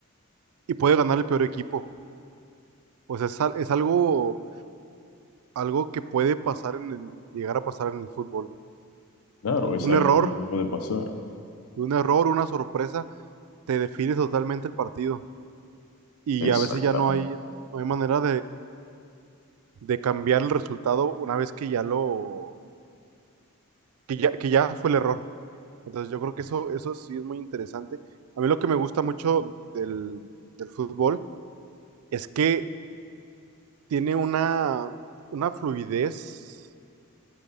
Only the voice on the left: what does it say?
Claro, es
algo
que puede pasar.
Exactamente.